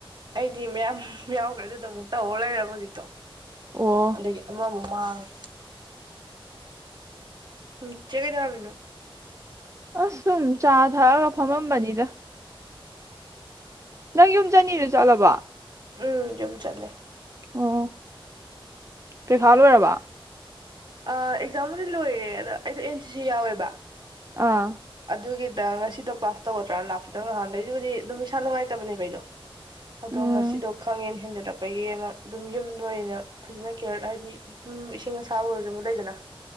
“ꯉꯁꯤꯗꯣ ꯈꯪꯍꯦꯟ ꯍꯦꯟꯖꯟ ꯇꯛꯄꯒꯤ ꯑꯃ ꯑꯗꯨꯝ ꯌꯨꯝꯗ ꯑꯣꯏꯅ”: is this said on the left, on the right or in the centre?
Right